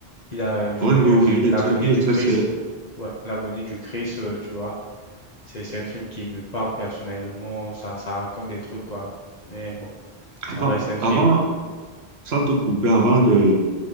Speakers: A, on the left; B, on the right.
A: Il a joué
B: Oui, oui,
A: un
B: oui,
A: film,
B: il
A: L'agonie
B: est très, il
A: du
B: est très
A: Christ.
B: célèbre.
A: Ouais, L'agonie du Christ, euh, tu vois. C'est, c'est un film qui me parle personnellement, ça, ça raconte des trucs, quoi. Mais bon, ça
B: Avant,
A: reste un film.
B: avant, sans te couper, avant de...